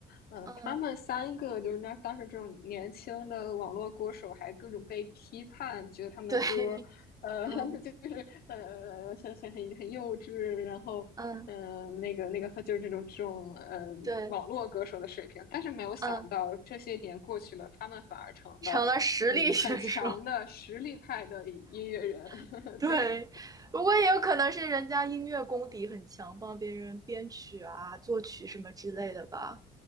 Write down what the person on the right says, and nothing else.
嗯，
对，<laughs>
嗯
嗯
对，
嗯。
成了实力选手。
<laughs> 对，
不过也有可能是人家音乐功底很强，帮别人编曲啊、作曲什么之类的吧，